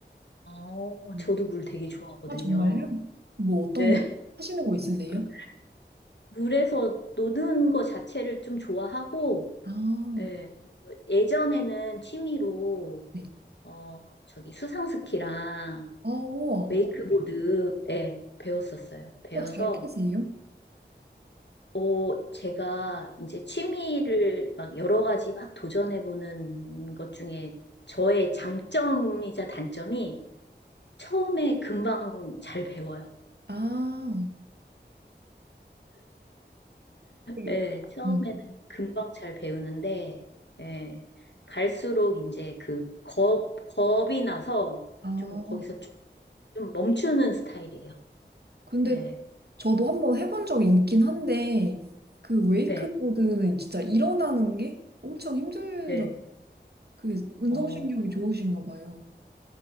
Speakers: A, on the left; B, on the right.
A: 어,
B: 음.
A: 저도 물 되게 좋아하거든요.
B: 아, 정말요? 뭐 어떤
A: 네.
B: 거 하시는 거 있으세요?
A: <laughs> 물에서 노는 거 자체를 좀 좋아하고,
B: 아,
A: 예, 예전에는 취미로,
B: 네.
A: 어, 저기 수상스키랑
B: 아, 우와.
A: 웨이크보드, 예, 배웠었어요. 배워서
B: 어, 잘 타세요?
A: 어, 제가 이제 취미를 막 여러 가지 막 도전해보는 것 중에 저의 장점이자 단점이 처음에 금방 잘 배워요.
B: 아, 되게-
A: 예, 처음에는
B: 음.
A: 금방 잘 배우는데, 예, 갈수록 이제 그 겁, 겁이 나서
B: 아.
A: 좀 거기서 좀, 좀 멈추는 스타일이에요.
B: 근데
A: 예,
B: 저도 한번 해본 적이 있긴 한데, 그 웨이크보드는
A: 네,
B: 진짜 일어나는 게 엄청 힘들다.
A: 네.
B: 그게 운동신경이
A: 어, 어,
B: 좋으신가 봐요.